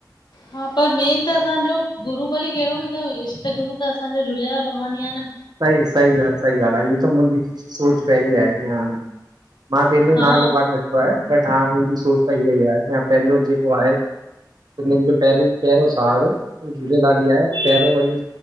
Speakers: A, on the left; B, on the right.
A: हा, पर मेन त असांजो गुरू भली कहिड़ो ॿि कयो इष्टगुरु त असांजो झूलेलाल भॻवान ही आ न।
B: सही सही ॻालहि सही ॻाल्हि आहे इअ त मुंहिंजी सोच पहिरीं आहे की हा मां कंहिंजो
A: हा
B: नालो कान वठ तो आए बट हा मुंहिंजी सोच त इहा ई आहे की पंहिंजो जेको आहे सिंधीन जो पहरियों पहरियोों सहारो झूलेलाल ई आहे पहिरों ई